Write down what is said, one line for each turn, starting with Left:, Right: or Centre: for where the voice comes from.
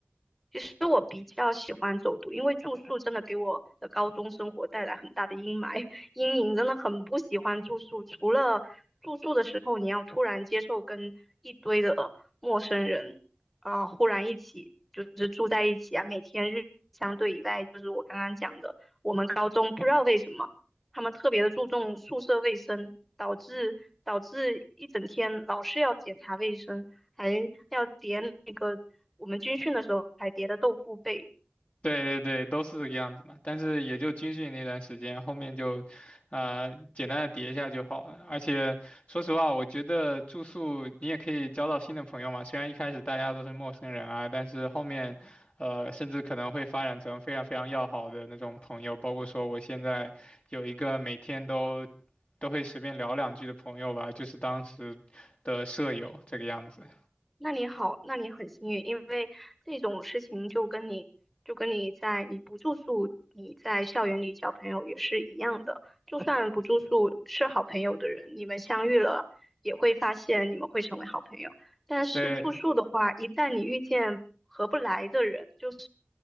Centre: 其实我比较喜欢走读，因为住宿真的给我的高中生活带来很大的阴霾 <laughs> 阴影，真的很不喜欢住宿。除了住宿的时候，你要突然接受跟一堆的陌生人啊、忽然一起就是住在一起啊，每天日相对以外，就是我刚刚讲的，我们高中不知道为什么他们特别的注重宿舍卫生，导致导致一整天老是要检查卫生，还要点那个。我们军训的时候还叠的豆腐被。
Left: 对对对，都是这个样子嘛。但是也就军训那段时间，后面就，啊，简单的叠一下就好了。而且说实话，我觉得住宿你也可以交到新的朋友嘛。虽然一开始大家都是陌生人啊，但是后面，呃，甚至可能会发展成非常非常要好的那种朋友。包括说我现在有一个每天都都会随便聊两句的朋友吧，就是当时的舍友这个样子。
Centre: 那你好，那你很幸运，因为这种事情就跟你就跟你在你不住宿，你在校园里交朋友也是一样的。就算不住宿是好朋友的人，你们相遇了也会发现你们会成为好朋友。但是住宿的话，
Left: 对，
Centre: 一旦你遇见合不来的人，就是